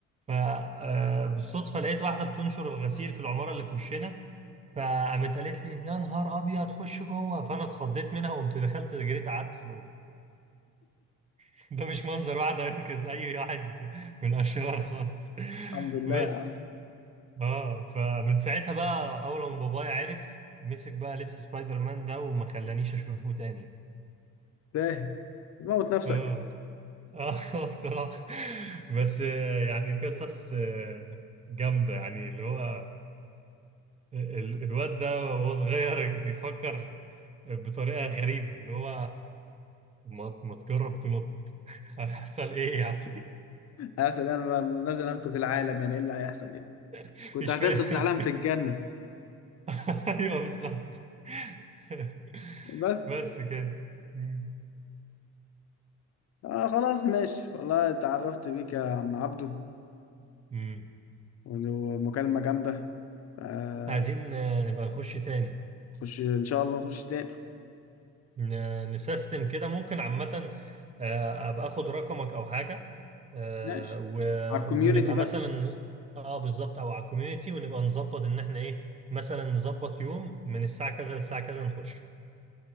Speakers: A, on the right (about 25°); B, on the left (about 55°).
A: فبالصدفة لقيت واحدة بتنشر الغسيل في العمارة اللي في وشنا فقامت قالت لي يا نهار أبيض خش جوه فأنا اتخضيت منها وقمت دخلت جريت قعدت في الأوضة <laughs> ده مش منظر واحد هينقذ أي واحد من الأشرار خالص <laughs>
B: الحمد لله
A: بس
B: يا عم
A: اه فمن ساعتها بقى أول ما بابايا عرف مسك بقى لبس سبايدر مان ده وما خلانيش أشوفه تاني
B: تاهل موت نفسك
A: اه
B: <laughs>
A: اه <laughs> بصراحة بس آه، يعني قصص آه، جامدة يعني اللي هو ال- الواد ده وهو صغير بيفكر بطريقة غريبة اللي هو ما, ما تجرب تنط هيحصل ايه يعني
B: هسأل انا نازل انقذ العالم يعني ايه اللي هيحصل يعني
A: <laughs>
B: كنت
A: مش
B: هتنقذ
A: فاهم
B: العالم في الجنة
A: <laughs> ايوه بالظبط <laughs>
B: بس
A: بس كده مم.
B: آه خلاص ماشي والله اتعرفت بيك يا عم عبدو
A: مم.
B: ومكالمة جامدة آه،
A: عايزين آه، نبقى نخش تاني
B: خش إن شاء الله نخش تاني
A: ن- نسيستم كده ممكن عامة آه، ابقى اخد رقمك او حاجة آه،
B: ماشي
A: و-
B: على الكوميونتي
A: ونبقى
B: بقى
A: مثلا اه بالظبط او على الكوميونتي ونبقى نظبط ان احنا ايه مثلا نظبط يوم من الساعة كذا للساعة كذا نخش